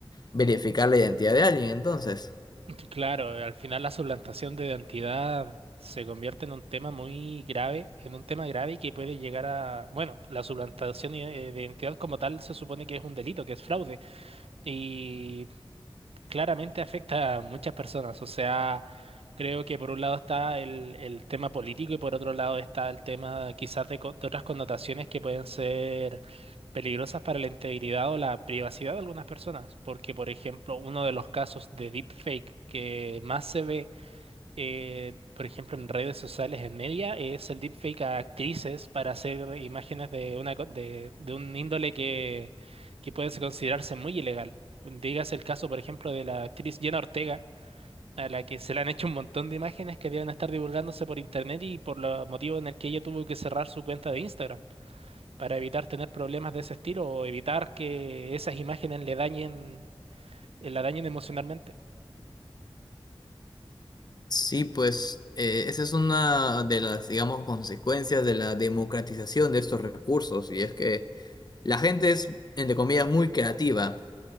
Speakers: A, on the left; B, on the right.
A: verificar la identidad de alguien, entonces.
B: Claro, eh, al final la suplantación de identidad se convierte en un tema muy grave, en un tema grave que puede llegar a, bueno, la suplantación i- eh, de identidad como tal se supone que es un delito, que es fraude, y claramente afecta a muchas personas. O sea, creo que por un lado está el, el tema político y por otro lado está el tema quizás de, co- de otras connotaciones que pueden ser peligrosas para la integridad o la privacidad de algunas personas. Porque, por ejemplo, uno de los casos de deepfake que más se ve eh, por ejemplo, en redes sociales, en media, es el deepfake a actrices para hacer imágenes de una co- de, de un índole que, que puede considerarse muy ilegal. Dígase el caso, por ejemplo, de la actriz Jenna Ortega, a la que se le han hecho un montón de imágenes que deben estar divulgándose por internet y por los motivos en el que ella tuvo que cerrar su cuenta de Instagram para evitar tener problemas de ese estilo o evitar que esas imágenes le dañen, la dañen emocionalmente.
A: Sí, pues eh, esa es una de las, digamos, consecuencias de la democratización de estos recursos, y es que la gente es, entre comillas, muy creativa